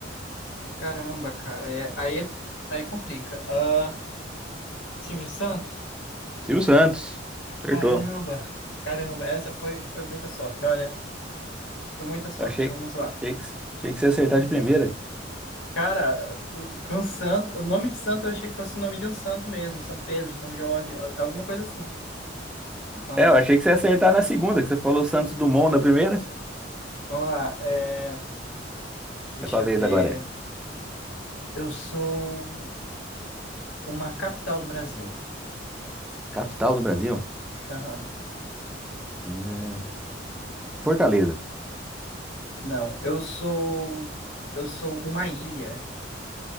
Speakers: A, on the left; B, in the centre.
A: Caramba, cara. é- aí, aí complica. Ah, Silvio Santos?
B: Silvio Santos. Acertou.
A: Caramba, caramba. Essa foi, foi muita sorte, olha. Foi muita sorte.
B: Eu achei,
A: Vamos lá.
B: achei que, achei que você ia acertar de primeira.
A: Cara, com santo, o nome de santo eu achei que fosse o nome de um santo mesmo, São Pedro, São Jorge, al- alguma coisa assim. Vamos
B: É,
A: lá,
B: eu achei que você ia acertar na segunda, que você falou Santos Dumont na primeira.
A: vamos lá. é, Deixa
B: É sua
A: eu
B: vez
A: ver.
B: agora, é.
A: Eu sou uma capital do Brasil.
B: Capital do Brasil?
A: Aham.
B: É, Fortaleza.
A: Não, eu sou, eu sou uma ilha.